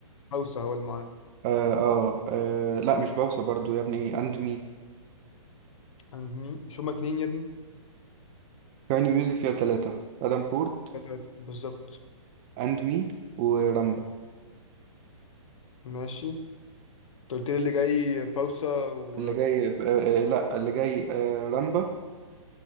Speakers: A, on the left; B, on the right.
A: هوسه هو اللي معاه
B: آه آه, اه لا مش باوسا برضو يا ابني اند مي
A: عند مين مش هما اتنين يا ابني
B: كايني ميوزك فيها تلاتة ادم بورت
A: تلاتة بالظبط
B: اند مي ورامبا
A: ماشي انت قلت لي اللي جاي باوسا و
B: اللي جاي ب- آه آه، لا اللي جاي آه رامبا